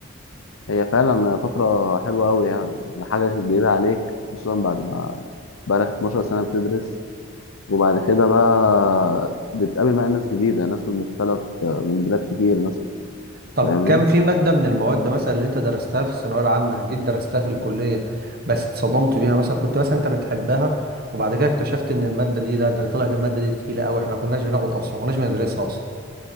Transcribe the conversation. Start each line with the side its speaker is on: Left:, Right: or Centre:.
Left: هي فعلا فترة حلوة أوي يعني حاجة جديدة عليك خصوصا بعد ما بقالك 12 سنة بتدرس وبعد كده بقى بتقابل بقى ناس جديدة ناس من مختلف من بلاد كتير ناس
Right: طب
Left: فاهمني؟
Right: كان في مادة من المواد مثلا اللي انت درستها في الثانوية العامة جيت درستها في الكلية بس اتصدمت بيها مثلا كنت مثلا انت بتحبها وبعد كده اكتشفت ان المادة دي لا ده طلعت المادة دي تقيلة قوي احنا ما كناش بناخد اصلا ما كناش بندرسها اصلا